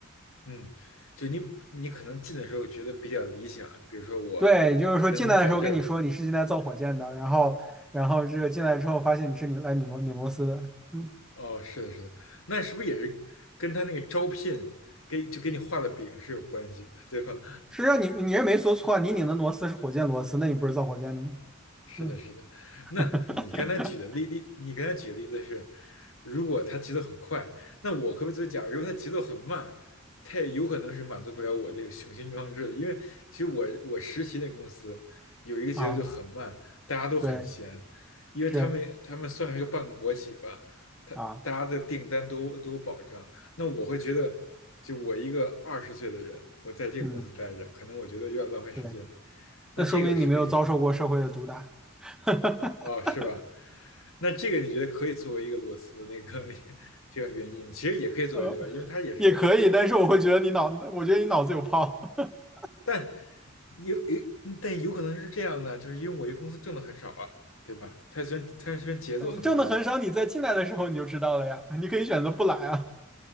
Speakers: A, on the left; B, in the centre.
A: 嗯，就你你可能进的时候觉得比较理想，就比如说我能在这儿，
B: 对，就是说进来的时候跟你说你是进来造火箭的，然后然后这个进来之后发现你是拧来拧螺拧螺丝的，嗯，
A: 哦，是的，是的，那是不是也是跟他那个招聘给就给你画的饼是有关系的，对吧？
B: 实际上你你也没说错，你拧的螺丝是火箭螺丝，那你不是造火箭的吗？
A: 是的，
B: 嗯，
A: 是的。那你刚才举的例例，
B: <laughs>
A: 你刚才举的例子是，如果他节奏很快，那我可不可以作为假如他节奏很慢，他也有可能是满足不了我这个雄心壮志的。因为其实我我实习那公司有一个节奏就很慢，
B: 啊，
A: 大家都很闲，
B: 对，
A: 因为他们他们算是个半个国企吧，
B: 是
A: 他大家的订单都都有保障。
B: 啊，
A: 那我会觉得，就我一个二十岁的人，我在这个公司待着，
B: 嗯，
A: 可能我觉得有点浪费时间。
B: 对，
A: 那这个是不是也是
B: 那说明你没有遭受过社会的毒打。<laughs>
A: 哦，是吧？那这个你觉得可以作为一个裸辞的那个 <laughs> 这个原因吗？其实也可以作为，
B: 呃，
A: 对吧？因为它也是，
B: 也可以，但是我会觉得你脑，我觉得你脑子有泡。<laughs>
A: 但有有，但有可能是这样的，就是因为我这公司挣的很少啊，对吧？它虽然它虽然节奏很慢
B: 呃挣的很少，你在进来的时候你就知道了呀，你可以选择不来啊。